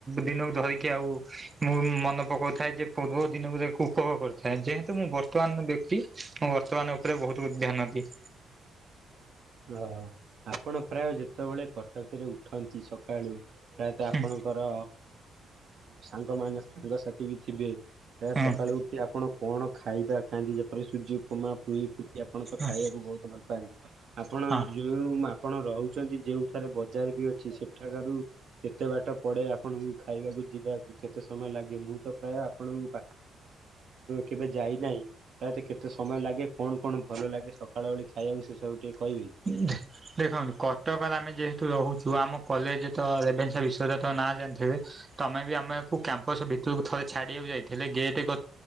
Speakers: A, on the right; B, on the right.
A: ଦିନକୁ ଧରିକି ଆଉ ମୁଁ ମନେ ପକାଉଥାଏ ଯେ ପୂର୍ବ ଦିନକୁ ଯକୁ ଉପଭୋଗ କରିଥାଏ ଯେହେତୁ ମୁଁ ବର୍ତ୍ତମାନ ମୁଁ ବର୍ତ୍ତମାନ ଉପରେ ବହୁତ ଧ୍ୟାନ ଦିଏ।
B: ଓ ଆପଣ ପ୍ରାୟ ଯେତେବେଳେ କଟକରେ ଉଠନ୍ତି ସକାଳୁ ପ୍ରାୟତଃ ଆପଣ
A: ହୁଁ
B: ର ସାଙ୍ଗ ମ ସାଙ୍ଗସାଥି ବି ଥିବେ ଯ
A: ହୁଁ
B: ସକାଳୁ ଉଠି ଆପଣ କଣ ଖାଇବା ଖାଆନ୍ତି ଯେପରି ସୁଜି ଉପମା ପୁଇ ଫୁ ଆପଣ ତ
A: ହଁ
B: ଖାଇବାକୁ ବହୁତ ଭଲ ପାଆନ୍ତି ଆପଣ
A: ହଁ
B: ଯେଉଁ ଆପଣ ରହୁଛନ୍ତି ଯଉଠାରେ ବଜାର ବି ଅଛି ସେ ଏଠାକାରାରୁ କେତେ ବାଟ ପଡେ ଆପଣଙ୍କୁ ଖାଇବାକୁ ଯିବାକୁ କେତେ ସମୟ ଲାଗେ ମୁଁ ତ ପ୍ରାୟ ଆପଣଙ୍କୁ ପା କେବେ ଯାଇନାହିଁ ପ୍ରାୟତ କେତେ ସମୟ ଲାଗେ କଣ କଣ ଭଲ ଲାଗେ ସକାଳ ଭଳି ଖାଇବାକୁ ସେ ସବୁ ଟିକେ କହିବେ
A: <unintelligible> ଦେଖନ୍ତୁ କଟକରେ ଆମେ ଯେହେତୁ ରହୁଛୁ ଆମ କଲେଜ ତ ରେଭନ୍ସ ବିଶ୍ୱଵ ନାଁ ଜାଣିଥିବେ ତମେ ବି ଆମକୁ କ୍ୟାମ୍ପସ ଭିତରକୁ ଥରେ ଛାଡିବାକୁ ଯାଇଥିଲେ ଗେଟ କ